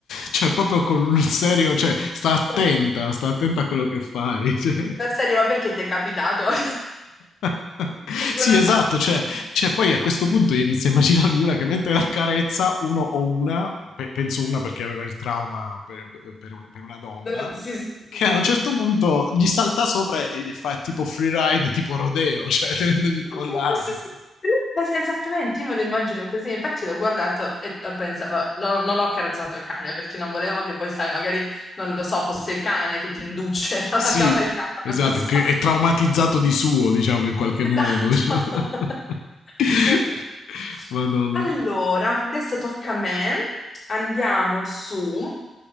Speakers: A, on the left; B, on the left.
A: cioè, proprio con un serio, cioè, sta attenta,
B: <laughs>
A: sta attenta a quello che fai. cioè.
B: la serie, ma perché ti è capitato? <laughs>
A: <laughs>
B: Ecco
A: Sì,
B: una
A: esatto,
B: cosa
A: cioè, cioè, poi a questo punto io inizio a immaginarmi una che mentre la carezza, uno o una, pe- penso una perché aveva il trauma per, per un- per una donna,
B: della- Sì, sì,
A: che
B: sì.
A: a un certo punto gli salta sopra e e fa tipo free ride, tipo rodeo, cioè <laughs> tenendogli il
B: Sì,
A: collare.
B: sì, sì, sì, sì.
A: cioè.
B: Ma sì, Esattamente, io me lo immagino così, infatti l'ho guardato e e pensavo, non, non ho carezzato il cane perché non volevo che poi, sai, magari, non lo so, fosse il cane che ti induce <laughs> alla
A: Sì,
B: cavalcata,
A: esatto,
B: non lo so.
A: che è traumatizzato di suo, diciamo, in qualche
B: Esatto.
A: modo. diciamo.
B: <laughs>
A: <laughs>
B: Esatto.
A: Madonna.
B: Allora, adesso tocca a me. Andiamo su